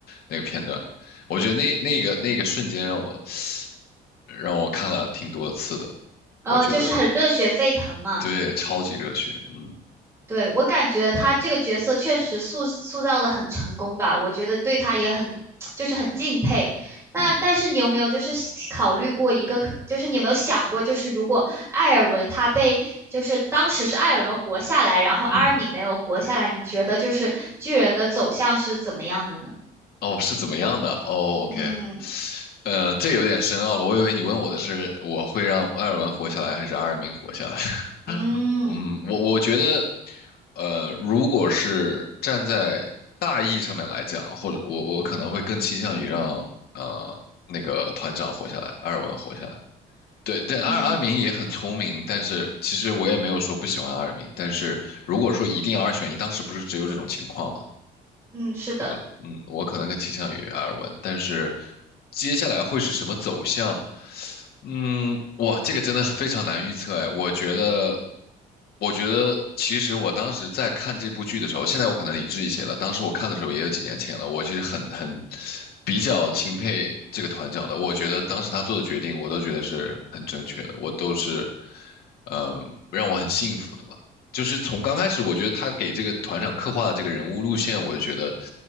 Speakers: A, on the left; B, on the right.
A: 那个片段，我觉得那那个那个瞬间让我让我看了挺多次的，
B: 呃，
A: 我觉得
B: 就是很热血沸腾嘛。
A: 对，超级热血，嗯
B: 对，我感觉他这个角色确实塑塑造的很成功吧，我觉得对他也很 <tsk> 就是很敬佩。那但是你有没有就是考虑过一个可，
A: 嗯
B: 就是你有没有想过，就是如果艾尔文他被就是当时是艾尔文活下来，然后阿尔敏没有活下来，
A: 嗯。
B: 你觉得就是巨人的走向是怎么样的呢？
A: 哦，是怎么样的？哦，OK，
B: 嗯
A: 呃，这有点深奥了。我以为你问我的是我会让艾尔文活下来，还是阿尔明活下来？
B: 嗯
A: <laughs> 嗯，我我觉得，呃，如果是站在大义上面来讲，或者我我可能会更倾向于让呃那个团长活下来，艾尔文活下来。对对，
B: 嗯
A: 阿尔阿明也很聪明，但是其实我也没有说不喜欢阿尔明，但是如果说一定要二选一，当时不是只有这种情况吗？
B: 嗯，是的，
A: 对吧？嗯，我可能更倾向于埃尔文，但是接下来会是什么走向？嗯，哇，这个真的非常难预测哎。我觉得，我觉得其实我当时在看这部剧的时候，现在我可能理智一些了。当时我看的时候也有几年前了，我其实很很比较钦佩这个团长的。我觉得当时他做的决定，我都觉得是很正确的，我都是。嗯，让我很幸福的吧。就是从刚开始，我觉得他给这个团长刻画的这个人物路线，我就觉得